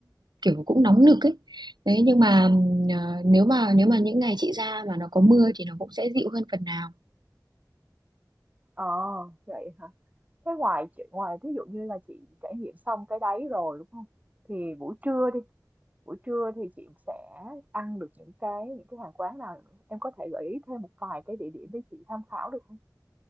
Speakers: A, on the right (about 80°); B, on the right (about 20°).
A: kiểu cũng nóng nực ấy. Đấy nhưng mà
B: ừm.
A: ừm, ờ, nếu mà nếu mà những ngày chị ra mà nó có mưa thì nó cũng sẽ dịu hơn phần nào.
B: Ờ, vậy hả? Thế ngoài chị ngoài ví dụ như là chị trải nghiệm xong cái đấy rồi đúng không? Thì buổi trưa đi, buổi trưa thì chị sẽ ăn được những cái những cái hàng quán nào nữa? Em có thể gợi ý thêm một vài cái địa điểm để chị tham khảo được không?